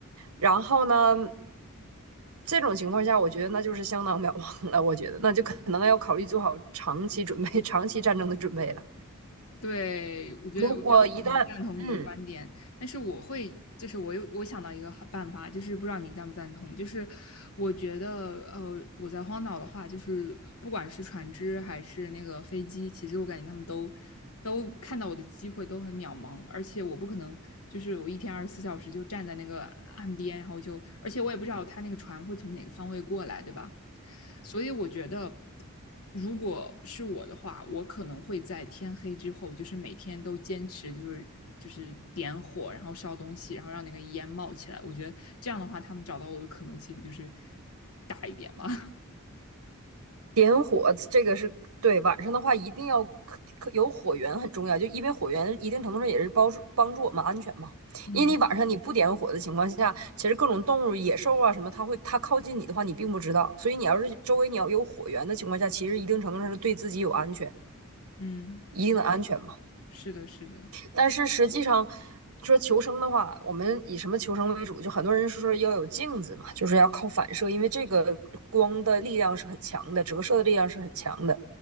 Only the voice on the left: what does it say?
对，我觉得，
我觉得很赞同你的观点，
但是我会，就是我有我想到一个好办法，就是不知道你赞不赞同，就是我觉得，呃，我在荒岛的话，就是不管是船只还是那个飞机，其实我感觉他们都都看到我的机会都很渺茫，而且我不可能就是我一天二十四小时就站在那个岸边，然后就，而且我也不知道他那个船会从哪个方位过来，对吧？所以我觉得。如果是我的话，我可能会在天黑之后，就是每天都坚持，就是就是点火，然后烧东西，然后让那个烟冒起来。我觉得这样的话，他们找到我的可能性就是大一点嘛。<laughs>
嗯
嗯，
是的，是的。